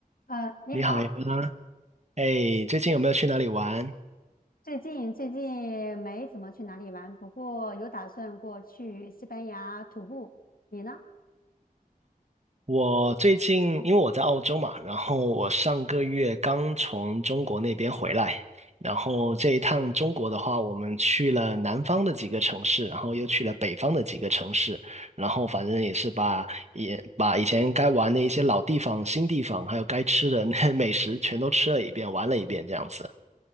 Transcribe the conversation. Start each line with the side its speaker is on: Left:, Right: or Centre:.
Left: 呃，你好，
Right: 你好呀，哎，最近有没有去哪里玩？
Left: 最近最近没怎么去哪里玩，不过有打算过去西班牙徒步。你呢？
Right: 我最近因为我在澳洲嘛，然后我上个月刚从中国那边回来，然后这一趟中国的话，我们去了南方的几个城市，然后又去了北方的几个城市，然后反正也是把也把以前该玩的一些老地方、新地方，还有该吃的那 <laughs> 美食全都吃了一遍，玩了一遍这样子。